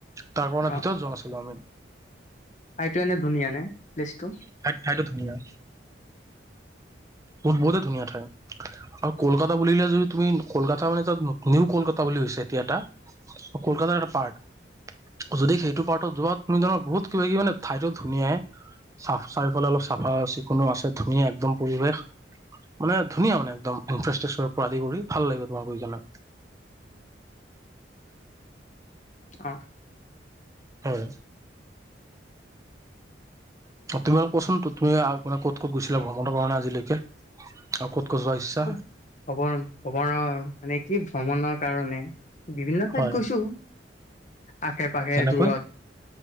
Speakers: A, on the right; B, on the left.
A: তাৰ কাৰণে
B: অ
A: ভিতৰত যোৱা নাছিলোঁ আমি।
B: ঠাইতো এনে ধুনীয়া নে? প্লেচটো
A: ঠাই ঠাইতো ধুনীয়া ব বহুতে ধুনীয়া ঠাই। আৰু কলকাতা বুলিলে যদি তুমি কলকাতা মানে তাত নিউ কলকাতা বুলি হৈছে এতিয়া এটা। কলকাতাৰ এটা পাৰ্ট। যদি সেইটো পাৰ্টত যোৱা তুমি ধৰা বহুত কিবা কি মানে ঠাইতো ধুনীয়াই। চাফ চাৰিওফালে অলপ চাফা চিকুণো আছে ধুনীয়া একদম পৰিৱেশ। মানে ধুনীয়া মানে একদম ইনফেৰেষ্ট পৰা আদি কৰি ভাল লাগিব তোমাক গৈ কেনে। <inaudible>
B: অ'।
A: হয়। তুমি অ কচোন তুমি মানে ক'ত ক'ত গৈছিলা ভ্ৰমণৰ কাৰণে আজিলৈকে আৰু ক'ত। ক'ত যোৱা ইচ্ছা?
B: অ অপ ভমনৰ মানে কি ভ্ৰমণৰ কাৰণে। বিভিন্ন ঠাইত
A: হয়
B: গৈছো আশে পাশে
A: যেনেকৈ
B: দূৰত।